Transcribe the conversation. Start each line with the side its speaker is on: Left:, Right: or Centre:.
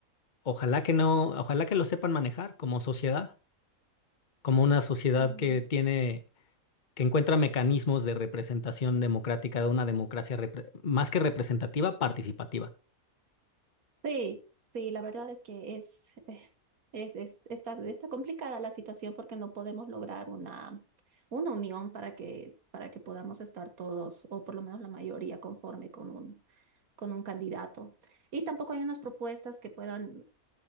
Left: Ojalá que no, ojalá que lo sepan manejar como sociedad, como una sociedad
Right: Mm.
Left: que tiene, que encuentra mecanismos de representación democrática, de una democracia repre- más que representativa, participativa.
Right: sí, sí, la verdad es que es, eh, es, es- está, está complicada la situación porque no podemos lograr una, una unión para que, para que podamos estar todos, o por lo menos la mayoría, conforme con un, con un candidato. Y tampoco hay unas propuestas que puedan